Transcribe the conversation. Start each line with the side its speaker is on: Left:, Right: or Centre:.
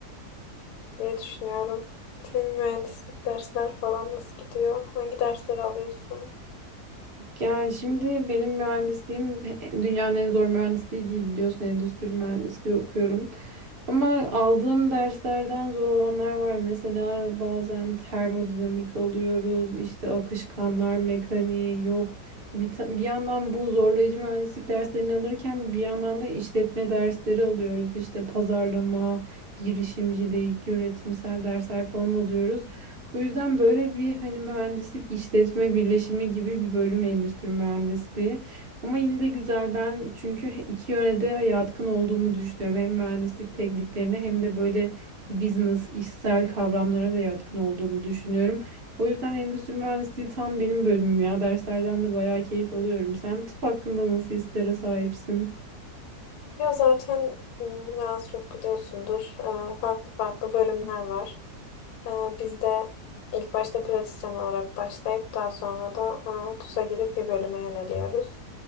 Left: Ne düşünüyorum. Senin mühendislik dersler falan nasıl gidiyor? Hangi dersleri alıyorsun?
Right: Yani şimdi benim mühendisliğim dünyanın en zor mühendisliği değil biliyorsun endüstri mühendisliği okuyorum. Ama aldığım derslerden zor olanlar var. Mesela bazen termodinamik alıyoruz, işte akışkanlar mekaniği yok. Bir, ta- bir yandan bu zorlayıcı mühendislik derslerini alırken bir yandan da işletme dersleri alıyoruz. İşte pazarlama, girişimcilik, yönetimsel dersler falan alıyoruz. Bu yüzden böyle bir hani mühendislik işletme birleşimi gibi bir bölüm endüstri mühendisliği. Ama yine de güzel ben çünkü iki yöne de yatkın olduğumu düşünüyorum. Hem mühendislik tekniklerine hem de böyle business, işsel kavramlara da yatkın olduğumu düşünüyorum. O yüzden endüstri mühendisliği tam benim bölümüm ya. Derslerden de bayağı keyif alıyorum. Sen tıp hakkında nasıl hislere sahipsin?
Left: Ya zaten ım, biraz çok biliyorsundur. Ee, farklı farklı bölümler var. Ee, biz de ilk başta pratisyen olarak başlayıp daha sonra da e, TUS'a girip bir bölüme yöneliyoruz.